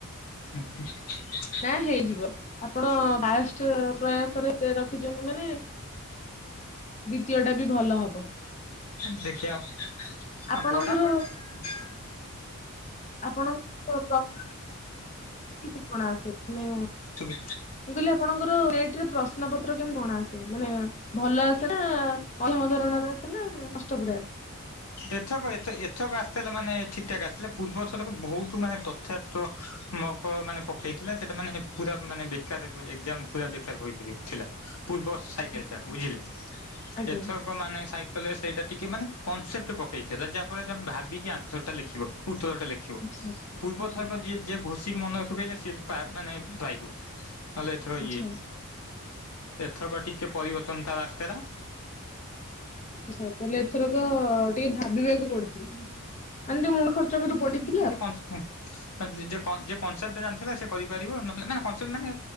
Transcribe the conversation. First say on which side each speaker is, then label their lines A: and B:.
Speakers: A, on the left; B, on the left.
A: ହୁଁ ହୁଁ।
B: ନାଁ ହେଇଯିବ। ଆପଣ ଫାଷ୍ଟ ପ୍ରୟା ତରେ ଏତେ ରଖିଚନ୍ତି ମାନେ ଦ୍ଵିତୀୟଟା ବି ଭଲ ହବ।
A: ଦେଖିଆ ଆଉ
B: ଆପଣଙ୍କର
A: ଆ ପଢ଼ାପଢ଼ି ପା ଉଁ
B: ଆପଣ ତ ପ୍ରକୃତି <inaudible> ଇ ଇକଣ ଆସେ ନେ
A: ସେବି
B: ମୁଁ କହିଲି ଆପଣଙ୍କର ନେଟ୍ ରେ ପ୍ରଶ୍ ନ ପତ୍ର କେମି କଣ ଆସେ? ମାନେ ଭଲ ଆସେ ନାଁ ମଧ୍ୟମ ଧରଣରେ ଆସେ ନାଁ କଷ୍ଟ ପୁରା?
A: ଏଥରକ ଏତେ ଏଥରକ ଆସିଥିଲା ମାନେ ଠିକ୍ ଠାକ୍ ଆସିଥିଲା। ପୂର୍ବ ଥରକ ବହୁତ ମାନେ ତ ଥା ତ ମକ ମାନେ ପକେଇଥିଲେ, ସେଟା ମାନେ ପୁରା ମାନେ ବେକାର ବୋର୍ ଏକ୍ଜାମ ପୁରା ବେ ତାର କହିଥିଲି ଥିଲା। ପୂର୍ବ ସାଇକେଲ୍
B: ଆଚ୍ଛା।
A: ଟା ବୁଝିଲେ?
B: ଆଜ୍ଞା
A: ଏଥରକ ମାନେ ସାଇ ହେଲେ ସେଇଟା ଟିକେ ମାନେ କନସେପ୍ଟ ପକେଇଥିଲା, ଯାହା ଫଳରେ କି ଆମେ ଭାବିକି ଆନସର୍ ଟା ଲେଖିବ, ଉତ୍ତରଟା ଲେ ଖିବ।
B: ଆଚ୍ଛା
A: ପୂର୍ବ
B: ଆଚ୍ଛା
A: ଥରକ ଯିଏ ଯେ ଘୋଷିକି ମନ ରଖିପାଇଲା ସିଏଲ୍ ପା ମାନେ ପାଇବ। ହଲେ ଏଥର
B: ଆଚ୍ଛା।
A: ଇଏ, ଏଥରକ ଟିକେ ପରିବର୍ତ୍ତନ ତାର ଆସିଥେଲା।
B: ଆଚ୍ଛା ତାହେଲେ ଏଥରକ ଟିକେ ଭାବିବାକୁ ପଡ଼ୁଥୁଲା। ମାନେ ଟିଏ ମୁଣ୍ଡ ଖର୍ଚ୍ଚ କରି ପଡ଼ିଥିଲା।
A: <unintelligible> ହଁ। ଆଉ ଯିଏ କ ଯିଏ କନସେପ୍ଟ ଜାଣିଥେଲା ସେ କରିପାରିବ ନହେଲେ ନାଁ କନସେପ୍ଟ ମାନେ